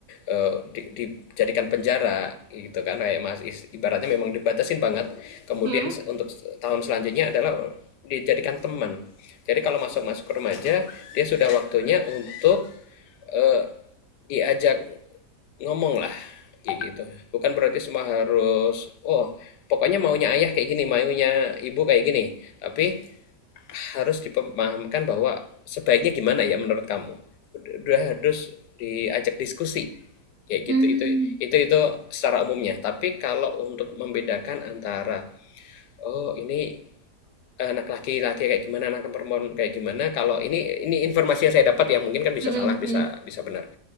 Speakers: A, on the left; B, on the right.
A: eh, di- dijadikan penjara gitu kan kayak mas ibaratnya memang dibatasin banget kemudian
B: hmm,
A: untuk tahun selanjutnya adalah dijadikan teman jadi kalau masuk masuk remaja dia sudah waktunya untuk eh, diajak ngomong lah kayak gitu bukan berarti semua harus oh pokoknya maunya ayah kayak gini maunya ibu kayak gini tapi harus dipahamkan bahwa sebaiknya gimana ya menurut kamu udah harus diajak diskusi kayak
B: Hmm.
A: gitu itu itu itu secara umumnya tapi kalau untuk membedakan antara Oh, ini eh, anak laki-laki kayak gimana, anak perempuan kayak gimana. Kalau ini ini informasi yang saya dapat ya, mungkin kan bisa
B: hmm,
A: salah, bisa
B: hmm, hmm.
A: bisa benar.